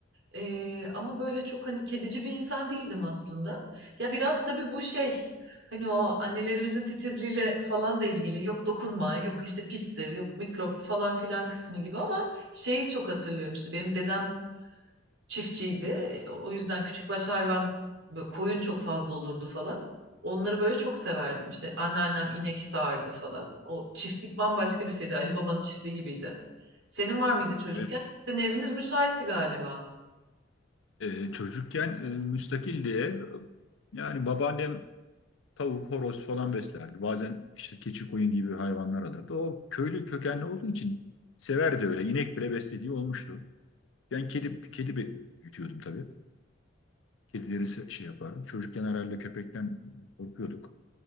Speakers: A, on the right; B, on the left.
A: Ee, ama böyle çok hani kedici bir insan değildim aslında. Ya biraz tabii bu şey hani o annelerimizin titizliğiyle falan da ilgili. Yok dokunma, yok işte pistir, yok mikrop falan filan kısmı gibi ama şeyi çok hatırlıyorum işte benim dedem çiftçiydi. E, O yüzden küçükbaş hayvan böyle koyun çok fazla olurdu falan. Onları böyle çok severdim. İşte anneannem inek sağardı falan. O çiftlik bambaşka bir şeydi. Ali Baba'nın çiftliği gibiydi. Senin var mıydı çocukken?
B: Evet.
A: Sizin eviniz müsaitti galiba.
B: e, çocukken e, müstakildi ev. Yani babaannem tavuk, horoz falan beslerdi. Bazen işte keçi, koyun gibi hayvanlar alırdı. O köylü kökenli olduğu için severdi öyle. İnek bile beslediği olmuştu. Ben kedi kedi be- büyütüyordum tabii. Kedileri şey yapardım. Çocukken herhalde köpekten korkuyorduk.